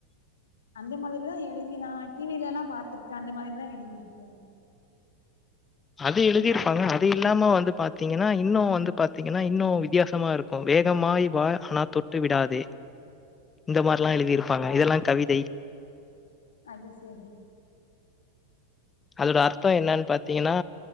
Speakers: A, on the left (about 65°); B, on the left (about 15°).
A: அந்த மாதிரிதா எழுவி நா டிவில எல்லா பாத்திருக்கே அந்த மாதிரிதா எழுதிருக்கோ
B: அது எழுதியிருப்பாங்க அது இல்லாம வந்து பாத்தீங்கன்னா இன்னு வந்து பாத்தீங்கன்னா இன்னு வித்தியாசமா இருக்கு வேகமாய் வா ஆனா தொட்டு விடாதே இந்த மாரிலா
A: ஆ
B: எழுதியிருப்பாங்க இதெல்லா கவிதை
A: அது செரி
B: அதோட அர்த்தோ என்னன் பாத்தீங்கன்னா